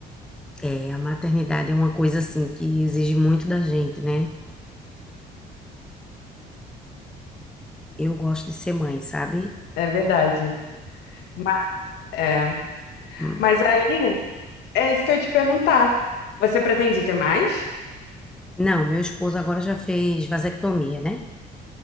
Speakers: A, in the centre; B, on the left.
A: É, a maternidade é uma coisa assim que exige muito da gente, né? Eu gosto de ser mãe, sabe?
B: É verdade. Mas, é.
A: Hum.
B: Mas aí, é isso que eu ia te perguntar. Você pretende ter mais?
A: Não, meu esposo agora já fez vasectomia, né?